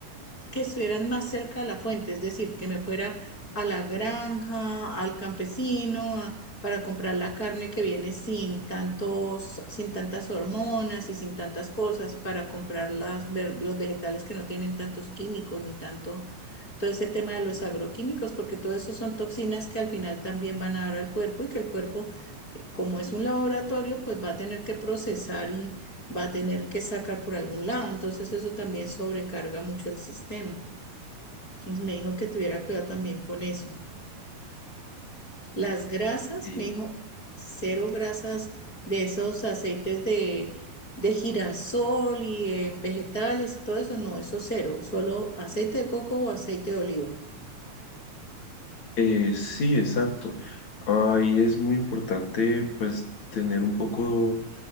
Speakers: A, on the left (about 25°); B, on the left (about 50°).
A: que estuvieran más cerca de la fuente, es decir, que me fuera a la granja, al campesino, a- para comprar la carne que viene sin tantos, sin tantas hormonas y sin tantas cosas, para comprar las, ver- los vegetales que no tienen tantos químicos ni tanto, todo ese tema de los agroquímicos, porque todo eso son toxinas que al final también van a dar al cuerpo y que el cuerpo, como es un laboratorio, pues va a tener que procesar y va a tener que sacar por algún lado. Entonces eso también sobrecarga mucho el sistema. Pues me dijo que tuviera cuidado también con eso. Las grasas,
B: Y,
A: me dijo, cero grasas de esos aceites de, de girasol y eh, vegetales y todo eso, no, eso cero, solo aceite de coco o aceite de oliva.
B: eh, sí, exacto. Ahí es muy importante pues tener un poco